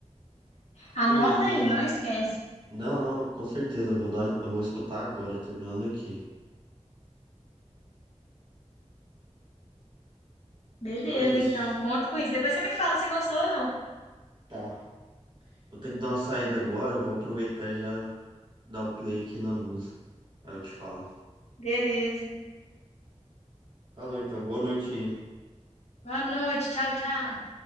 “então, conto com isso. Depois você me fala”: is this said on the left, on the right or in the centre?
Left